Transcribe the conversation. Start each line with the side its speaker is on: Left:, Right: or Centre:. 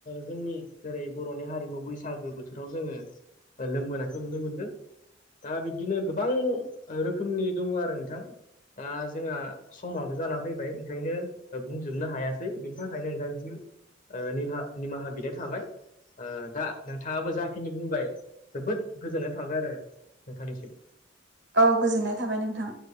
Left: जोंनि। जेरै बरनि हारिमु बैसागो बोथोराव जोङो लोंबोनायखौ नुनो मोनदों। दा बिब्दिनो गोबां रोखोमनि दङ आरो नोंथां दा जोंहा। समाबो जाना फैबाय ओंखायनो बुंजोबनो हायासै बिनि थाखायनो नोनथांसिम। ओ-निहा निमाहा बिद थाबाय ओ-दा नोंथाङाबो जाखिनि बुंबाय। जोबोद गोजोननाय थाबाय आरो नोंथांनिसिम।
Right: औ गोजोननाय थाबाय नोंथां।